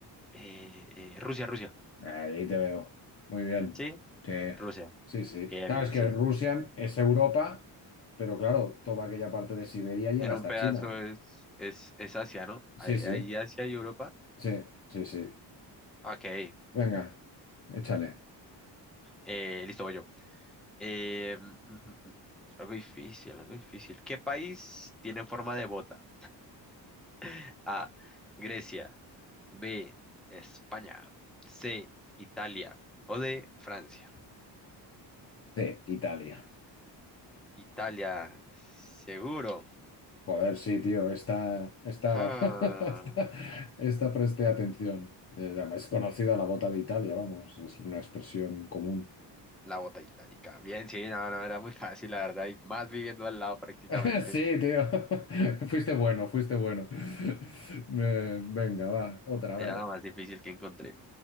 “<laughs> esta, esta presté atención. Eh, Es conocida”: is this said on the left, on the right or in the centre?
Left